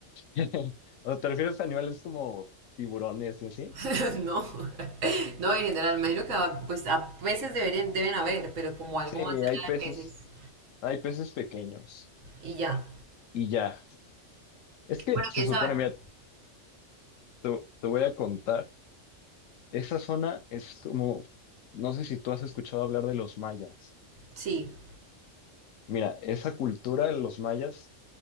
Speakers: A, on the left; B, on the right.
A: <laughs> O sea, ¿te refieres a animales como tiburones y así?
B: <laughs> No, no, en general, me imagino que ah, pues a peces deberían, deben haber, pero como algo
A: Sí,
B: más allá
A: hay peces,
B: de peces
A: hay peces pequeños
B: y ya.
A: y ya. Es que
B: Bueno,
A: se
B: quién
A: supone,
B: sabe,
A: mira,
B: ¿no?
A: te, te voy a contar, esa zona es como, no sé si tú has escuchado hablar de los mayas.
B: Sí,
A: Mira, esa cultura de los mayas